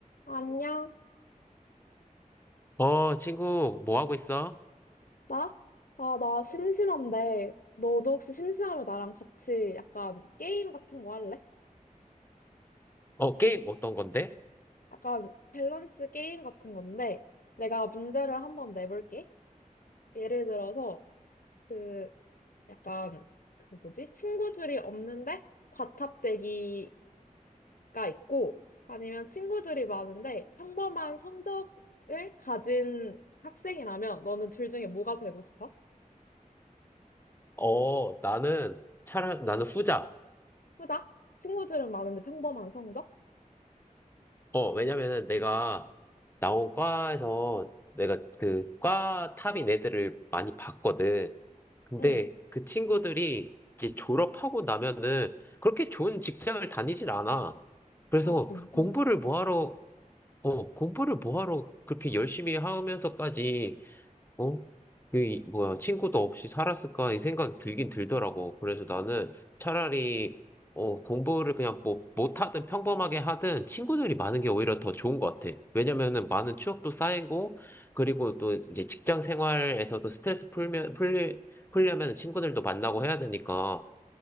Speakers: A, on the left; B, on the left.
A: 안녕?
B: 어, 친구, 뭐 하고 있어?
A: 나? 아, 나 심심한데, 너도 혹시 심심하면 나랑 같이 약간 게임 같은 거 할래?
B: 어, 게임 어떤 건데?
A: 약간 밸런스 게임 같은 건데, 내가 문제를 한번 내볼게. 예를 들어서, 그, 약간, 그 뭐지? 친구들이 없는데, 과탑되기가 있고, 아니면 친구들이 많은데, 평범한 성적을 가진 학생이라면, 너는 둘 중에 뭐가 되고 싶어?
B: 어, 나는, 차라, 나는 후자.
A: 후자? 친구들은 많은데 평범한 성적?
B: 어, 왜냐면은 내가 나온 과에서 내가 그, 과 탑인 애들을 많이 봤거든. 근데
A: 응.
B: 그 친구들이 이제 졸업하고 나면은 그렇게 좋은 직장을 다니질 않아. 그래서
A: 아, 진,
B: 공부를
A: 응.
B: 뭐 하러, 어, 공부를 뭐 하러 그렇게 열심히 하면서까지 어? 그, 이- 뭐야, 친구도 없이 살았을까? 이 생각이 들긴 들더라고. 그래서 나는 차라리, 어, 공부를 그냥 뭐, 못하든 평범하게 하든 친구들이 많은 게 오히려 더 좋은 것 같아. 왜냐면은 많은 추억도 쌓이고, 그리고 또 이제 직장 생활에서도 스트레스 풀면, 풀리, 풀려면 친구들도 만나고 해야 되니까,